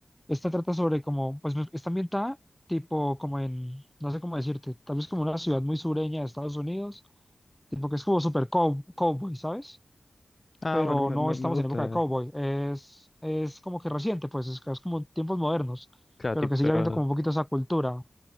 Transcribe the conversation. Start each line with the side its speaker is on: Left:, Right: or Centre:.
Centre: Esta trata sobre como, pues me- está ambientada tipo como en, no sé cómo decirte, tal vez como una ciudad muy sureña de Estados Unidos Tipo que es como super cow- cowboy, ¿sabes?
Left: Ah,
Centre: Pero
Left: bueno, me,
Centre: no
Left: me-
Centre: estamos
Left: me gusta.
Centre: en época de cowboy. Es, es como que reciente, pues es, es como tiempos modernos,
Left: Claro,
Centre: pero
Left: tipo,
Centre: que sigue
Left: pero
Centre: habiendo como un poquito esa cultura.